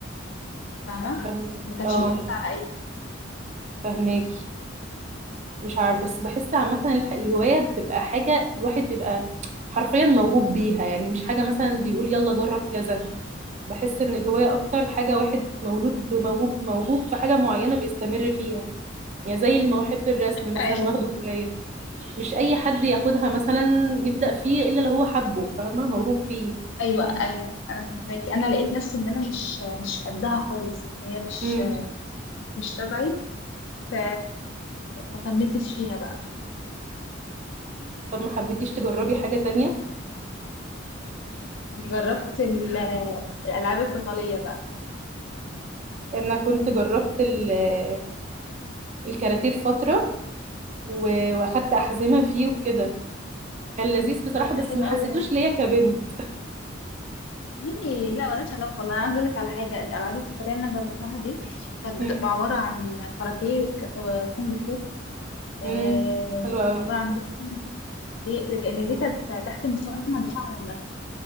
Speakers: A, on the left; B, on the right.
A: فاهمه
B: فهماكي
A: ما كانتش
B: اه
A: موجوده على اي
B: فهماكي مش عارف بس بحس عامة الح- الهواية بتبقى حاجة الواحد بيبقى حرفيا موهوب بيها يعني مش حاجة مثلا بيقول يلا جرب كذا بحس ان الهواية اكتر حاجة واحد مولود بموهوب موهوب في حاجة معينة بيستمر فيها يعني زي اللي ما بحب الرسم مثلا
A: ايوه
B: واخده جوايا مش اي حد ياخدها مثلا يبدأ فيه الا لو هو حبه فاهمه موهوب فيه
A: ايوه ايوه انا فهماكي انا لقيت نفسي ان انا مش مش قدها خالص هي مش
B: امم
A: مش تبعي ف ما كملتش فيها بقى
B: طب ما حبيتيش تجربي حاجه تانية
A: جربت ال- الالعاب القتاليه بقى
B: انا كنت جربت ال- الكاراتيه في فتره و- واخدت احزمه فيه وكده كان لذيذ بصراحه
A: بس
B: بس
A: حلو
B: ما حسيتوش
A: قوي ده
B: ليا كبنت
A: ليه لا مالهاش علاقه والله انا عايزه اقول لك على حاجه الالعاب القتاليه اللي انا جربتها دي كانت
B: امم
A: بتبقى عباره عن كاراتيه وك- وكونج فو آه،
B: امم حلو
A: وكانت
B: قوي
A: عباره عن بوكسينج ليه لان دي كانت تحت مسمى دفاع عن النفس